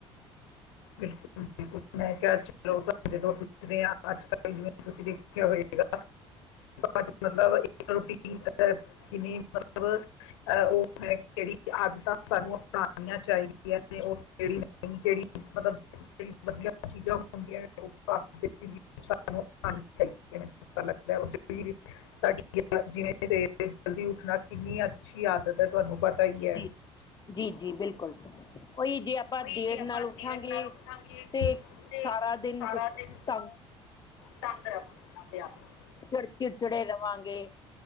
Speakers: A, on the left; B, on the left.
A: ਬਿਲਕੁਲ-ਬਿਲਕੁਲ। ਮੈਂ ਕਿਹਾ ਚਲੋ ਜਦੋਂ ਪੁੱਛਦੇ ਹਾਂ, ਅੱਜ-ਕੱਲ ਜਿਵੇਂ ਤੁਸੀਂ ਦੇਖਿਆ ਹੋਏਗਾ। ਮਤਲਬ ਇੱਕ ਰੋਟੀ ਕਿਨੀ ਮਤਲਬ ਅਹ ਉਹ ਹੈ ਜਿਹੜੀ ਆਦਤਾਂ ਸਾਨੂੰ ਕਹਾਣੀਆਂ ਚਾਹੀਦੀਆਂ, ਨੇ ਉਹ ਕਿਹੜੀ ਉਹ ਕਿਹੜੀ ਮਤਲਬ ਜਿਹੜੀ ਵਧੀਆ ਚੀਜ਼ਾਂ ਹੁੰਦੀਆਂ ਉਹ ਕਹਾਣੀ ਚਾਹੀਦੀ। ਪਤਾ ਲੱਗਦਾ ਉਹਤਾ ਪੀ ਸਾਡੀ ਯ ਜਿਵੇਂ ਸ ਜਲਦੀ ਉੱਠਣਾ ਕਿੰਨੀ ਅੱਛੀ ਆਦਤ। ਤੁਹਾਨੂੰ ਪਤਾ ਹੀ ਹੈ
B: ਜੀ, ਜੀ-ਜੀ ਬਿਲਕੁਲ ਉਹੀ ਜੇ ਆਪਾਂ
A: ਬੁ
B: ਦੇਰ ਨਾਲ ਉੱਠਾਂਗੇ
A: ਦੇਰ ਨਾਲ ਉੱਠਾਂਗੇ
B: ਤੇ
A: ਤੇ
B: ਸਾਰਾ ਦਿਨ
A: ਸਾਰਾ
B: ਤੰਗ
A: ਦਿਨ ਤੰਗ ਰੱਖ ਤੇ ਅਪਣਾ
B: ਚਿੜ-ਚਿੜਚਿੜੇ ਰਵਾਂਗੇ,